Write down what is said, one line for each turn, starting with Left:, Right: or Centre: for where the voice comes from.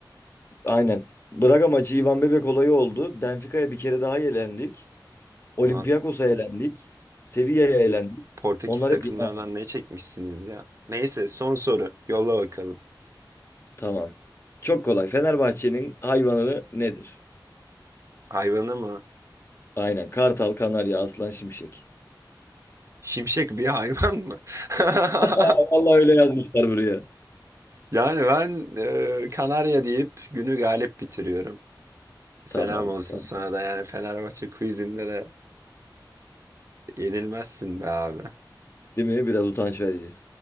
Left: Aynen. Braga maçı Ivan Bebek olayı oldu. Benfica'ya bir kere daha elendik. Olympiakos'a
Right: Ulan
Left: elendik. Sevilla'ya elendik.
Right: Portekiz
Left: Onlar
Right: takımlarından
Left: hep yeni ama.
Right: ne çekmişsiniz ya? Neyse son soru. Yolla bakalım.
Left: Tamam. Çok kolay. Fenerbahçe'nin hayvanı nedir?
Right: Hayvanı mı?
Left: Aynen. Kartal, Kanarya, Aslan, Şimşek.
Right: Şimşek bir hayvan mı? <laughs>
Left: <laughs> Vallahi öyle yazmışlar buraya.
Right: Yani ben e, Kanarya deyip günü galip bitiriyorum. Selam
Left: Tamam,
Right: olsun
Left: tamam.
Right: sana da yani Fenerbahçe quizinde de yenilmezsin be abi.
Left: Değil mi? Biraz utanç verici.